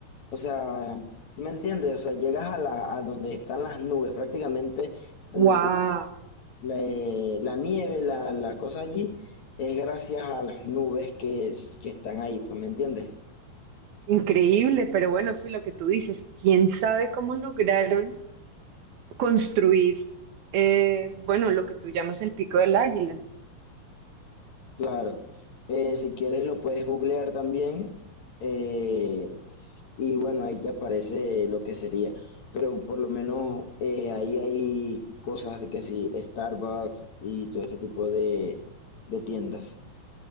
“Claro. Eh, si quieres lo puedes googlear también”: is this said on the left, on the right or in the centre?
Left